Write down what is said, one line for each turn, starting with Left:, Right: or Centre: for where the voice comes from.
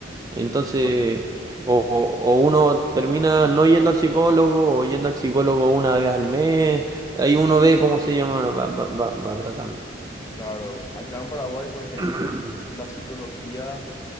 Right: Entonces,
Left: Ah, sí.
Right: o, o- o uno termina no yendo al psicólogo o yendo al psicólogo una vez al mes. Ahí uno ve cómo se llama, va, va, va, va tratando.
Left: Claro, acá en Paraguay, por ejemplo,
Right: <clears throat>
Left: la psicología...